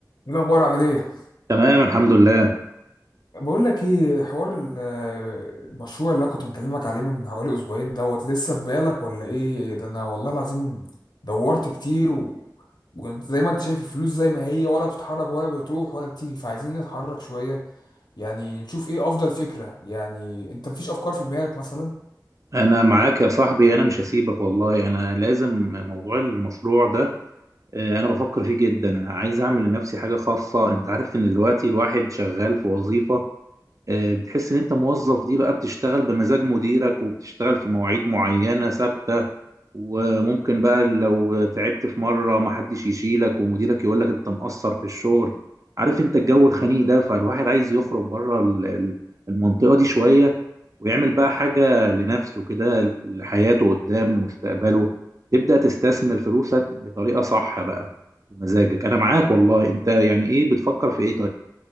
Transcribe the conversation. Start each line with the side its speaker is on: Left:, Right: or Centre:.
Left: ايه الاخبار عامل ايه
Right: تمام الحمد لله
Left: بقول لك ايه حوار ال- المشروع اللي انا كنت مكلمك عليه من حوالي اسبوعين دوت لسه في بالك ولا ايه ده انا والله العظيم دورت كتير و... وزي ما انت شايف الفلوس زي ما هي ولا بتتحرك ولا بتروح ولا بتيجي فعايزين نتحرك شوية يعني نشوف ايه افضل فكرة يعني انت مفيش افكار في دماغك مثلا
Right: انا معاك يا صاحبي انا مش هسيبك والله انا لازم موضوع المشروع ده آه، انا بفكر فيه جدا انا عايز اعمل لنفسي حاجة خاصة انت عارف ان دلوقتي الواحد شغال في وظيفة آه، بتحس ان انت موظف دي بقى بتشتغل بمزاج مديرك وبتشتغل في مواعيد معينة ثابتة وممكن بقى لو تعبت في مرة محدش يشيلك ومديرك يقولك انت مقصر في الشغل عارف انت الجو الخنيق ده فالواحد عايز يخرج بره ال- ال- المنطقة دي شوية ويعمل بقى حاجة لنفسه كده لحياته قدام لمستقبله تبدأ تستثمر فلوسك بطريقة صح بقى بمزاجك انا معاك والله انت يعني ايه بتفكر في ايه